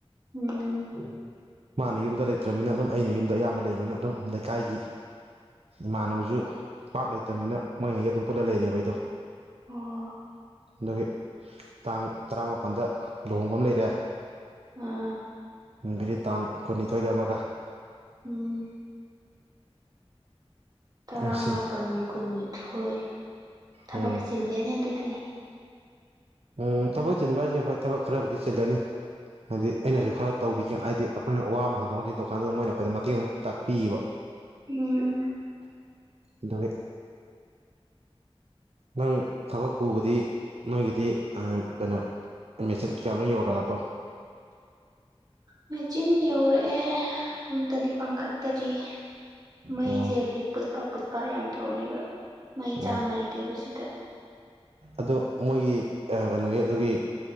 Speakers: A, on the right; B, on the right.
A: ꯎꯝ
B: ꯃꯥꯅ ꯌꯨꯝꯗ ꯂꯩꯇ꯭ꯔꯕꯅꯤꯅ ꯑꯗꯨꯝ ꯑꯩꯅ ꯌꯨꯝꯗ ꯑꯌꯥꯝꯕ ꯂꯩꯕꯅꯤꯅ ꯑꯗꯨꯝ ꯂꯩꯀꯥꯏꯒꯤ ꯏꯃꯥꯟꯅꯕꯁꯨ ꯄꯥꯛ ꯂꯩꯇꯝꯅꯤꯅ ꯃꯣꯏꯉꯩꯒ ꯑꯗꯨꯝ ꯄꯨꯜꯂ ꯂꯩꯔꯦꯕ ꯑꯩꯗꯣ
A: ꯑꯣ
B: ꯑꯗꯨꯒꯤ ꯇꯥꯡ ꯇꯔꯥꯃꯥꯄꯜꯗ ꯂꯨꯍꯣꯡꯕ ꯑꯃ ꯂꯩꯔꯦ
A: ꯑꯥ
B: ꯅꯨꯡꯗꯤꯒꯤ ꯇꯥꯡ ꯀꯨꯟꯅꯤꯊꯣꯏꯗ ꯑꯃꯒ
A: ꯎꯝ ꯇꯔꯥꯃꯥꯄꯜ
B: ꯁꯤ
A: ꯀꯨꯟꯅꯤꯊꯣꯏ ꯊꯕꯛ
B: ꯎꯝ
A: ꯆꯤꯜꯂꯦꯅꯦ ꯑꯗꯨꯗꯤ
B: ꯎꯝ ꯊꯕꯛ ꯆꯤꯟꯕ ꯍꯥꯏꯁꯦ ꯍꯣꯏ ꯊꯕꯛ ꯈꯔꯕꯨꯗꯤ ꯆꯤꯜꯂꯅꯤ ꯍꯥꯏꯗꯤ ꯑꯩꯅꯁꯨ ꯈꯔ ꯇꯧꯕꯤꯒꯦ ꯍꯥꯏꯗꯤ ꯑꯩꯈꯣꯏꯅ ꯋꯥ ꯑꯃ ꯍꯪ ꯗꯣꯛ ꯍꯪꯖꯤꯟ ꯗꯨꯀꯥꯟꯗꯨꯗ ꯃꯣꯏꯅ ꯑꯩꯈꯣꯏꯗ ꯃꯇꯦꯡ ꯑꯗꯨꯝ ꯇꯥꯛꯄꯤꯕ
A: ꯎꯝ
B: ꯑꯗꯨꯒꯤ ꯅꯪ ꯊꯕꯛ ꯄꯨꯕꯗꯤ ꯅꯣꯏꯒꯤꯗꯤ ꯑꯥ ꯀꯩꯅꯣ ꯃꯦꯆꯤꯠ ꯀꯌꯥ ꯃꯨꯛ ꯌꯧꯔꯛꯑꯕꫭ
A: ꯃꯦꯆꯤꯟ ꯌꯧꯔꯛꯑꯦ ꯑꯝꯇꯗꯤ ꯄꯥꯡꯈꯠꯇꯔꯤ ꯃꯩꯁꯦ
B: ꯑꯣ
A: ꯍꯧꯖꯤꯛ ꯄꯨꯠꯄ ꯄꯨꯠꯄ ꯌꯥꯝ ꯇꯧꯔꯤꯕ ꯃꯩ
B: ꯑꯣ
A: ꯆꯥꯡ ꯅꯥꯏꯗꯦꯕ ꯁꯤꯗ
B: ꯑꯗꯣ ꯃꯣꯏꯒꯤ ꯑꯥ ꯀꯩꯅꯣꯒꯤ ꯑꯗꯨꯒꯤ